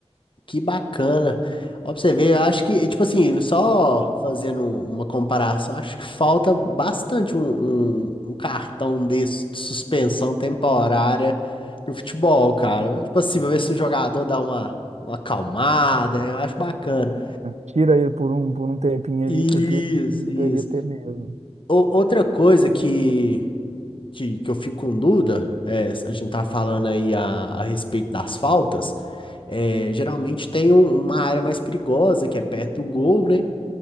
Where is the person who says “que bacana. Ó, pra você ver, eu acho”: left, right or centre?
Left